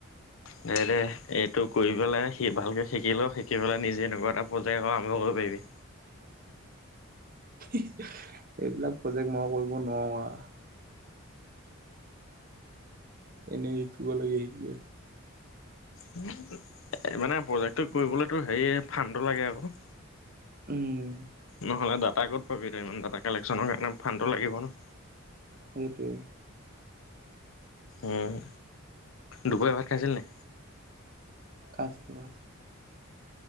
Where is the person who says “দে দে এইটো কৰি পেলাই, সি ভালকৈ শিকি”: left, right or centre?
Left